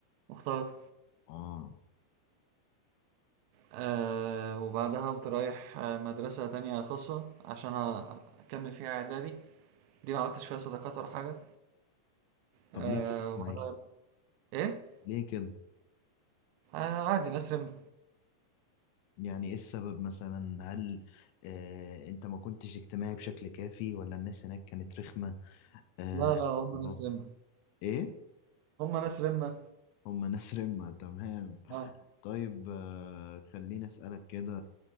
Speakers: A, on the right (about 80°); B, on the left (about 80°).
A: واختلط
B: اه
A: آه، وبعدها قمت رايح آه، مدرسة تانية خاصة عشان أكمل فيها إعدادي دي ما عملتش فيها صداقات ولا حاجة
B: طب
A: آه،
B: ليه كده يا اسماعيل؟
A: وبعدها إيه؟
B: ليه كده؟
A: آه، عادي ناس رمت
B: يعني ايه السبب مثلا؟ هل آه انت ما كنتش اجتماعي بشكل كافي ولا الناس هناك كانت رخمة؟ آه
A: لا لا هم
B: بابا.
A: ناس رمة
B: ايه؟
A: هم ناس رمة
B: هما ناس رمة تمام
A: اه
B: طيب آه خليني اسألك كده